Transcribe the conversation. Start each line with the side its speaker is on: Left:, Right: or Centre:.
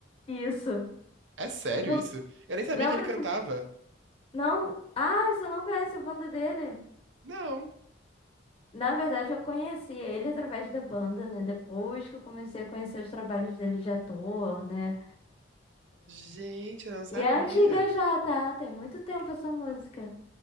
Left: Isso.
Right: É sério
Left: Lem-
Right: isso? Eu nem sabia
Left: Lembra
Right: que ele cantava.
Left: que não, ah, você não conhece a banda dele?
Right: Não,
Left: Na verdade, eu conheci ele através da banda, né? Depois que eu comecei a conhecer os trabalhos dele de ator, né?
Right: gente, eu não sabia.
Left: E é antiga já, tá? Tem muito tempo essa música.